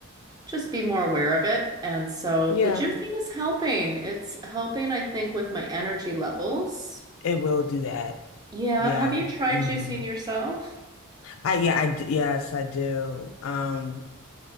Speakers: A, on the right (about 20°); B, on the left (about 70°).
A: just be more aware of it. And so
B: yeah,
A: the juicing is helping. It's helping, I think, with my energy levels.
B: it will do that.
A: Yeah,
B: Yeah.
A: have you tried
B: hmm
A: juicing yourself?
B: I yeah, I d- yes, I do. Um,